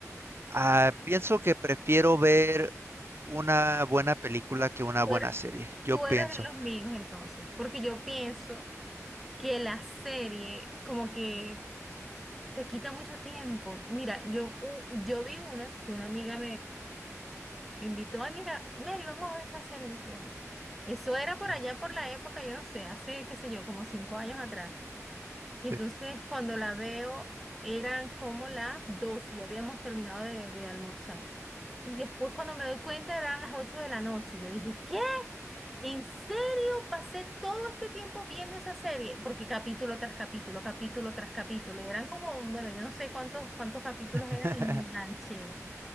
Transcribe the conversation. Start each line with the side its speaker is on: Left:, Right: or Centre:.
Right: Ah, pienso que prefiero ver una buena película que una
Centre: Tú
Right: buena
Centre: eres,
Right: serie. Yo
Centre: tú
Right: pienso.
Centre: eres de los míos entonces, porque yo pienso que la serie como que te quita mucho tiempo. Mira, yo, u- yo vi una que una amiga Me invitó, ay, mira, Mary, vamos a ver esta serie, no sé qué más. Eso era por
Right: Mm,
Centre: allá, por la época, yo no sé, hace, qué sé yo, como cinco años atrás. Y entonces
Right: sí.
Centre: cuando la veo, eran como las 12 y habíamos terminado de, de almorzar. Y después cuando me doy cuenta, eran las 8 de la noche. Yo dije, ¿qué? ¿En serio? Pasé todo este tiempo viendo esa serie, porque capítulo tras capítulo, capítulo tras capítulo, y eran como, bueno, yo no sé cuántos, cuántos capítulos
Right: <laughs>
Centre: eran y me enganché.